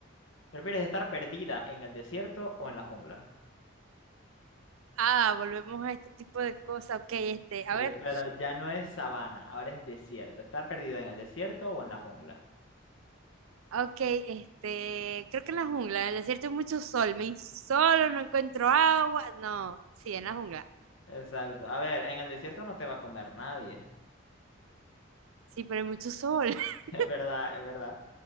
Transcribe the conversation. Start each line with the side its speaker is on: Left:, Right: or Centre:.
Left: ¿Prefieres estar perdida en el desierto o en la jungla?
Right: Ah, volvemos a este tipo de cosas. Ok, este,
Left: Sí,
Right: a ver.
Left: pero ya no es sabana, ahora es desierto. ¿Estar perdido en el desierto o en la jungla?
Right: Ok, este, creo que en la jungla, en el desierto hay mucho sol, me insolo, no encuentro agua, no, sí, en la jungla,
Left: Exacto. A ver, en el desierto no te va a comer nadie. <laughs>
Right: sí, pero hay mucho sol, <laughs>
Left: Es verdad, es verdad.